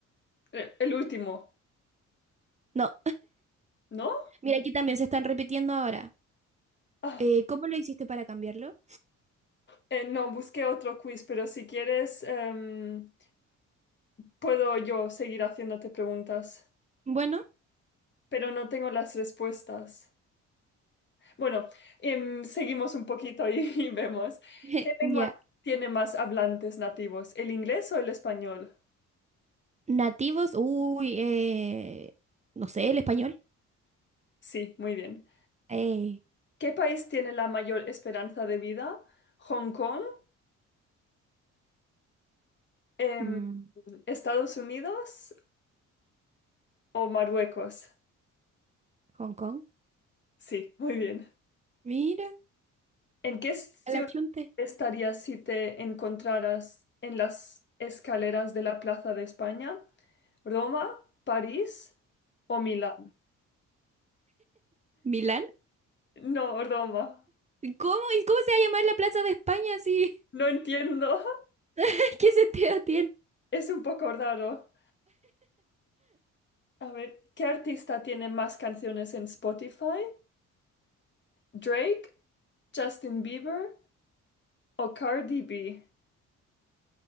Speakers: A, on the left; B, on the right.
A: Eh, El último,
B: No,
A: ¿no?
B: mira, aquí también se están repitiendo ahora.
A: Ah,
B: Eh, ¿cómo lo hiciste para cambiarlo?
A: eh, no, busqué otro quiz, pero si quieres, em, puedo yo seguir haciéndote preguntas,
B: Bueno,
A: pero no tengo las respuestas. Bueno, em, seguimos un poquito y, <laughs> y vemos.
B: <laughs>
A: ¿Qué lengua
B: ya.
A: tiene más hablantes nativos, el inglés o el español?
B: Nativos, uy, eh, no sé, el español.
A: Sí, muy bien.
B: Eh,
A: ¿Qué país tiene la mayor esperanza de vida? ¿Hong Kong, em,
B: mm,
A: Estados Unidos o Marruecos?
B: Hong Kong.
A: Sí, muy bien.
B: Mira,
A: ¿En qué ciudad
B: a la chunte.
A: estarías si te encontraras en las escaleras de la Plaza de España? ¿Roma, París o Milán?
B: ¿Milán?
A: No, Roma.
B: ¿Cómo? ¿Y cómo se va a llamar la Plaza de España si...
A: No entiendo.
B: <laughs> ¿Qué sentido tiene?
A: Es un poco raro. A ver, ¿qué artista tiene más canciones en Spotify? ¿Drake, Justin Bieber o Cardi B?